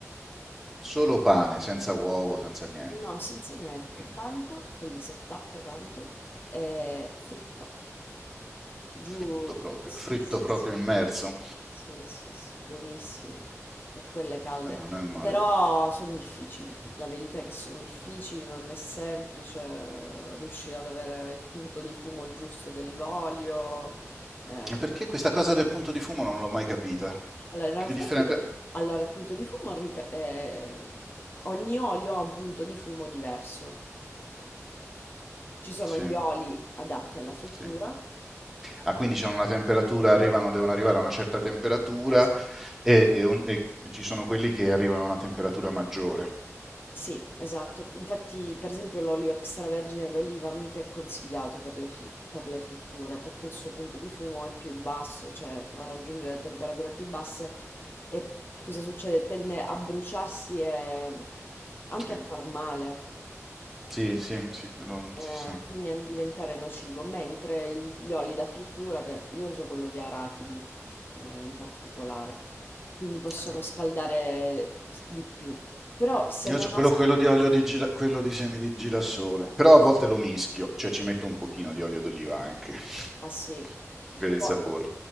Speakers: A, in the centre; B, on the left.
A: Solo pane, senza uovo, senza niente.
B: No, senza niente.
A: Mm,
B: Panko che gli si attacca tanto è fritta. Giù.
A: Fritto proprio,
B: Sì,
A: fritto
B: sì,
A: proprio
B: sì.
A: immerso. Eh,
B: Sì, sì, sì, buonissima. E quelle calde.
A: Non è male.
B: Però sono difficili. La verità è che sono difficili, non è semplice eh, riuscire ad avere il punto di fumo giusto dell'olio. eh.
A: Perché questa cosa del punto di fumo non l'ho mai capita?
B: Allora, in realtà,
A: Che differenza...
B: allora, il punto di fumo, rip- eh, ogni olio ha un punto di fumo diverso. Ci sono
A: Sì,
B: gli oli adatti alla frittura.
A: sì. a 15 hanno una temperatura, arrivano, devono arrivare a una certa temperatura
B: Esatto.
A: e, e on- e ci sono quelli che arrivano a una temperatura maggiore.
B: Sì, esatto. Infatti, per esempio, l'olio extravergine d'oliva mica è consigliato per le, fi- per le fritture perché il suo punto di fumo è più basso, cioè raggiunge le temperature più basse e cosa succede? Tende a bruciarsi e anche
A: Sì,
B: a far male.
A: sì, sì, sì, quello
B: eh,
A: si sa.
B: quindi a diventare nocivo, mentre gli oli da frittura, che io uso quello di arachidi eh, in particolare, quindi possono
A: Eh.
B: scaldare s- di più. Però se
A: Io
B: non
A: ho quello,
B: ha
A: quello di olio di gira- quello di semi di girasole, però
B: scaldato...
A: a volte lo mischio, cioè ci metto un pochino di olio d'oliva anche
B: Ah sì.
A: <laughs> per il
B: Poi-
A: sapore.